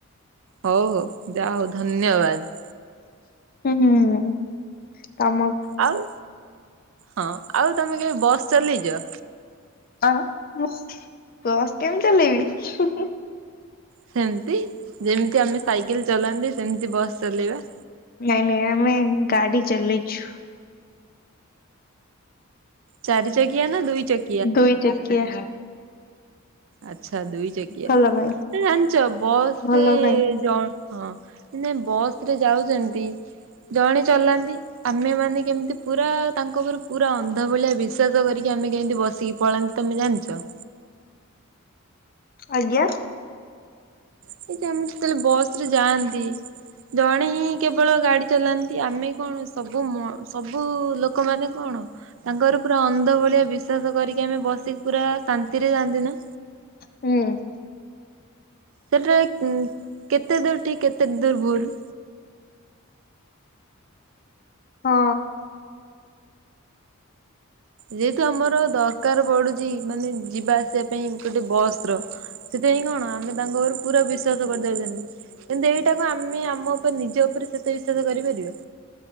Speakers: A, on the right; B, on the left.
A: ହଉ ହଉ ଯା ହଉ ଧନ୍ୟବାଦ।
B: ହୁଁ-ହୁଁ-ହୁଁ ତମ
A: ଆଉ ହଁ ଆଉ ତମେ କେବେ ବସ୍ ଚଲେଇଛ?
B: ଅ ମୁଁ ବସ୍ କେମିତି ଚଲେଇବି?
A: ସେମିତି ଯେମିତି ଆମେ ସାଇକେଲ ଚଲାନ୍ତି ସେମିତି ବସ୍ ଚଲେଇବା।
B: ନାଇଁ ନାଇଁ ଆମେ ଗାଡି ଚଲେଇଛୁ।
A: ଚାରି ଚକିଆ ନା ଦୁଇ ଚକି
B: ଦୁଇ ଚକିଆ।
A: ଆଚ୍ଛା ଦୁଇ ଚକିଆ
B: ଭଲ ନାହିଁ
A: ଜାଣିଛ ବସ
B: ଭଲ
A: ରେ
B: ନାହିଁ
A: ଜଣ ହଁ ନା ବସ ରେ ଯାଉଛନ୍ତି ଜଣେ ଚଲାନ୍ତି। ଆମେ ମାନେ କେମତି ପୁରା ତାଙ୍କ ଉପରେ ପୁରା ଅନ୍ଧ ଭଳିଆ ବିଶ୍ୱାସ କରିକି ଆମେ କେମିତି ବସିକି ପଳାନ୍ତି ତମେ ଜାଣିଛ?
B: ଆଜ୍ଞା।
A: ସେ ଜଣେ ତ ଆମେ ଯେତେବେଳେ ବସ ରେ ଯାଆନ୍ତି ଜଣେ ହିଁ କେବଳ ଗାଡି ଚଲାନ୍ତି ଆମେ କଣ ସବୁ ମ ସବୁ ଲୋକ ମାନ କଣ ତାଙ୍କର ପୁରା ଅନ୍ଧ ଭଳିଆ ବିଷ ଶ୍ଵାସ କରିକି ଆମେ ବସିକି ପୁରା ଶାନ୍ତିରେ ଯାଆନ୍ତି ନା।
B: ହୁଁ।
A: ସେଇଟା କେତେ ଦୂର ଠିକ୍ କେତେ ଦୂର ଭୁଲ୍।
B: ହଁ।
A: ଯେହେତୁ ଆମର ଦରକାର ପଡୁଛି ମାନେ ଯିବା ଆସିବା ପାଇଁ ଗୋଟେ ବସର। ସେଥିପାଇଁ କଣ ଆମେ ତାଙ୍କ ଉପରେ ପୁରା ବିଶ୍ଵାସ କରିଯାଉଛନ୍ତି। କିନ୍ତୁ ଏଇଟା କଣ ଆମେ ଆମ ଉପରେ ନିଜ ଉପରେ ସେତେ ବିଶ୍ୱାସ କରିପାରିବା।